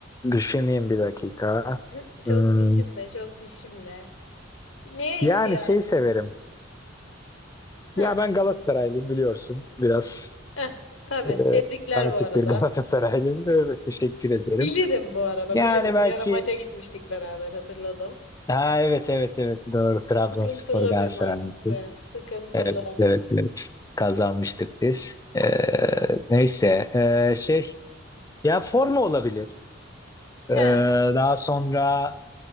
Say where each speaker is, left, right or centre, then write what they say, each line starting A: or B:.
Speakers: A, on the left; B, on the left.
A: düşüneyim bir dakika.
B: <laughs> Hı, Çok
A: Hmm,
B: düşünme, çok düşünme. Neye
A: yani
B: ihtiyacın?
A: şey severim.
B: Hı.
A: Ya ben Galatasaraylıyım biliyorsun. Biraz
B: Eh, tabii.
A: e,
B: Tebrikler
A: fanatik
B: bu arada.
A: bir <laughs> Galatasaraylıyım. Evet teşekkür ederim.
B: Bilirim bu arada,
A: Yani
B: bilirim.
A: belki
B: Bir ara maça gitmiştik beraber, hatırladım.
A: ha evet evet evet doğru Trabzonspor
B: Sıkıntılı
A: Galatasaray.
B: bir maçtı.
A: maçı.
B: Sıkıntılı.
A: Evet evet evet kazanmıştık biz. Ee, neyse ee, şey ya forma olabilir. Ee,
B: He.
A: daha sonra